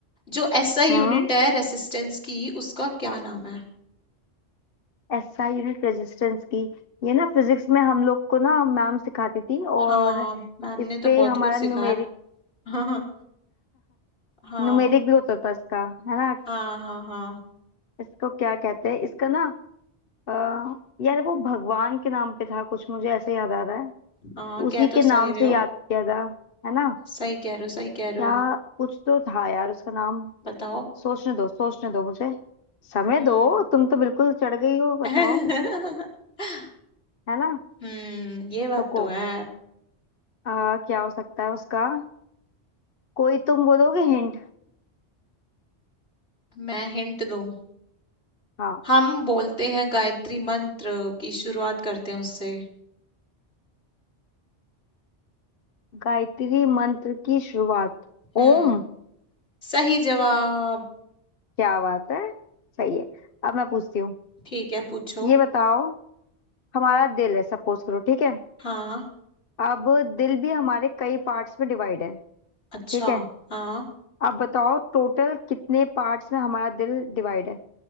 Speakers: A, on the left; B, on the left.
A: जो एसआई
B: हम्म
A: यूनिट है रेसिस्टेंस की उसका क्या नाम है
B: एसआई यूनिट रेजिस्टेंस की ये ना फिजिक्स में हम लोग को ना मैम सिखाती थी और
A: हाँ मैम ने
B: इस
A: तो
B: पे
A: बहुत
B: हमारा
A: कुछ सिखाया
B: न्यूमेरिक
A: हाँ हाँ हाँ
B: न्यूमेरिक <laughs> भी होता था इसका है ना
A: हाँ हाँ हाँ
B: इसको क्या कहते हैं इसका ना अ, यार वो भगवान के नाम पे था कुछ मुझे ऐसे याद आ रहा है
A: हाँ
B: उसी
A: कह तो
B: के
A: सही
B: नाम
A: रहे
B: से
A: हो
B: याद किया था है ना
A: सही कह रहे हो सही कह रहे
B: क्या
A: हो
B: कुछ तो था यार उसका नाम
A: बताओ
B: सोचने दो सोचने दो मुझे समय
A: हम्म
B: दो तुम तो बिल्कुल चढ़ गई हो बताओ
A: <laughs>
B: है ना
A: हम्म ये बात
B: रुको
A: तो है
B: अ, क्या हो सकता है उसका कोई तुम बोलोगे हिंट
A: मैं हिंट दूं
B: हाँ
A: हम बोलते हैं गायत्री मंत्र की शुरुआत करते हैं उससे
B: गायत्री मंत्र की शुरुआत
A: हम्म
B: ओम
A: सही जवाब
B: क्या बात है सही है अब मैं पूछती हूँ
A: ठीक है पूछो
B: ये बताओ हमारा दिल है सपोज करो ठीक है
A: हाँ
B: अब दिल भी हमारे कई पार्ट्स में डिवाइड है
A: अच्छा
B: ठीक है
A: हाँ
B: अब बताओ टोटल कितने पार्ट्स में हमारा दिल डिवाइड है